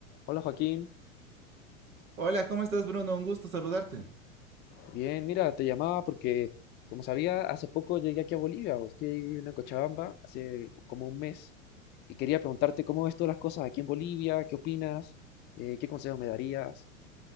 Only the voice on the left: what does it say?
Hola Joaquín,
bien, mira, te llamaba porque, como sabía, hace poco llegué aquí a Bolivia, o estoy viviendo en Cochabamba hace como un mes, y quería preguntarte cómo ves todas las cosas aquí en Bolivia, qué opinas, eh, qué consejos me darías.